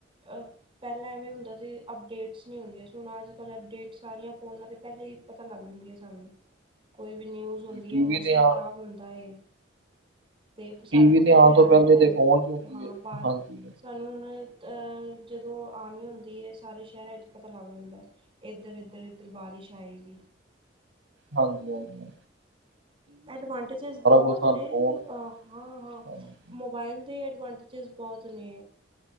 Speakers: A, on the right; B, on the right.
A: ਅ ਪਹਿਲਾਂ ਐਵੇਂ ਹੁੰਦਾ ਸੀ, ਅਪਡੇਟਸ ਨੀ ਹੁੰਦੀਆਂ ਸੀ ਹੁਣ ਅੱਜ ਕੱਲ੍ਹ ਅਪਡੇਟ ਸਾਰੀਆਂ ਫੋਨਾਂ ਤੇ ਪਹਿਲਾ ਈ ਪਤਾ ਲੱਗ ਜਾਂਦੀਆਂ ਸਾਨੂੰ। ਕੋਈ ਵੀ ਨਿਊਜ਼ ਹੁੰਦੀ
B: ਟੀਵੀ
A: ਏ, ਮੌਸਮ
B: ਤੇ
A: ਖਰਾਬ
B: ਆ
A: ਹੁੰਦਾ ਏ। ਤੇ-ਤੇ ਸਾਡੇ
B: ਟੀਵੀ
A: ਕੋਲ ਪਹਿਲੇ
B: ਤੇ ਆਉਣ ਤੋਂ
A: ਆ ਜਾਂਦੇ
B: ਤੇ ਫੋਨ 'ਚ ਹੁੰਦੀ
A: ਕੇ ਹਾਂ
B: ਹੈ
A: ਬਾਰ
B: ਹਾਂਜੀ
A: ਸਾਨੂੰ ਹੁਣ ਅ-ਜਦੋਂ ਆਨੀ ਹੁੰਦੀ ਏ ਸਾਰੇ ਸ਼ਹਿਰਾਂ ਚ ਪਤਾ ਲੱਗ ਜਾਂਦੇ। ਇੱਧਰ-ਇੱਧਰ-ਇੱਧਰ ਬਾਰਿਸ਼ ਆਏਗੀ।
B: ਹਾਂਜੀ-ਹਾਂਜੀ ਹਾਂ।
A: ਐਡਵਾਂਟੇਜਿਸ ਬਹੁਤ
B: ਕੁਝ ਸਾਨੂੰ
A: ਨੇ
B: ਫੋਨ
A: ਹੁਣ। ਅ ਹਾਂ ਹਾਂ
B: ਹਾਂਜੀ
A: ਮੋ ਬਾਈਲ ਦੇ ਅਡਵਾਂਟੇਜਿਸ ਬਹੁਤ ਨੇ,